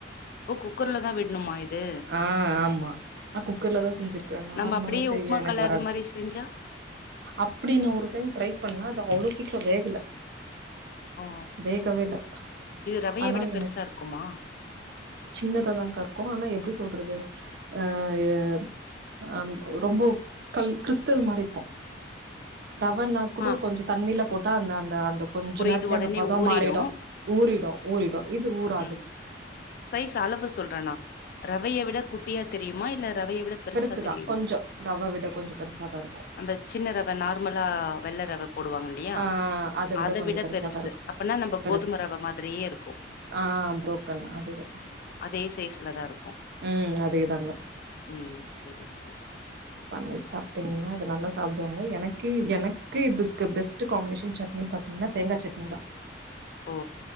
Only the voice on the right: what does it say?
ஆ ஆமா நா குக்கர்ல தான் செஞ்சிருக்கேன் நார்மலா
செய்ய
எனக்கு
வராது
அப்டி நா ஒரு டைம் ட்ரை பண்ண அது அவ்ளோ சீக்கிரம் வேகல
வேகவே இல்ல
அதனால
எனக்
சின்னதா தாங்க்கா இருக்கும் ஆனா எப்டி சொல்றது அ ஹைய அம் ரொம்ப கல் கிறிஸ்டல் மாரி இருக்கும் ரவனா கூட
கொஞ்சம் தண்ணில போட்டா அந்த அந்த அந்த கொஞ்ச
நேரத்துலயே
அந்த பதம்
மாறிடும் ஊறிடும் ஊறிடும் இது ஊராது
பெருசுதா
கொஞ்சோ ரவ விட கொஞ்சோ பெருசாதா இருக்கு
ஆ அத
கொஞ்சோ
பெருசாதா
இருக்கு
பெருசு
ஆ பு்ரோக்கன் அதுதான்
ம் அதேதாங்க
பண்ணி சாப்பிட்டீங்கன்னாது நல்லா சாப்டுவாங்க எனக்கு இது எனக்கு இது பெஸ்ட் காம்பினேஷன் சட் சட்னி பாத்தீங்கனா தேங்காய் சட்னி தான்